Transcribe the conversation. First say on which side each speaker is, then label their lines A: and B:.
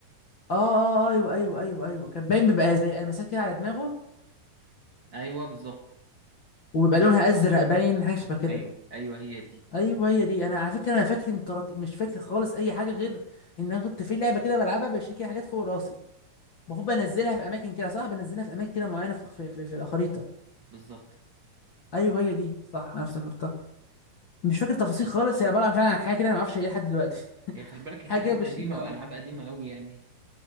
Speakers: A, on the left; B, on the right.
A: اه اه آه. ايوه ايوه ايوه ايوه كان باين بيبقى زي المسات كده على دماغه
B: ايوه بالظبط
A: وبيبقى لونها ازرق باين حاجه شبه كده
B: ايوه ايوه هي دي
A: ايوه هي دي انا على فكره انا فاكر من طراطيف مش فاكر خالص اي حاجه غير ان انا كنت في لعبه كده بلعبها بشيل كده حاجات فوق راسي المفروض بنزلها في اماكن كده صح بنزلها في اماكن كده معينه في في, في, في الخريطه
B: بالظبط
A: ايوه هي دي صح انا افتكرتها مش فاكر تفاصيل خالص هي عباره عن فعلا عن حاجه كده انا ما اعرفش هي إيه لحد دلوقتي
B: هي خلي
A: <laughs>
B: بالك هي
A: حاجه
B: حاجات
A: بشيل
B: قديمة
A: اه
B: والعاب قديمة قوي يعني